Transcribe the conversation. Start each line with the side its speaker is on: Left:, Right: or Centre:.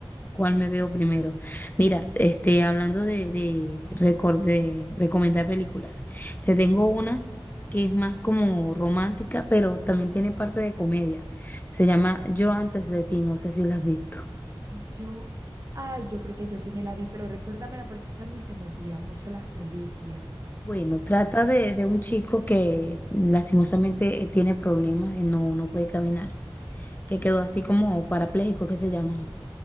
Left: cuál me veo primero. Mira, este, hablando de, de, recor- de recomendar películas, te tengo una que es más como romántica, pero también tiene parte de comedia. Se llama Yo antes de ti, no sé si la has visto.
Right: yo, ay, yo creo que yo sí me la vi, pero recuérdamela porque es que a mí se me olvidan mucho las películas.
Left: Bueno, trata de, de un chico que lastimosamente eh, tiene problemas, eh, no, no puede caminar, que quedó así como parapléjico, que se llaman.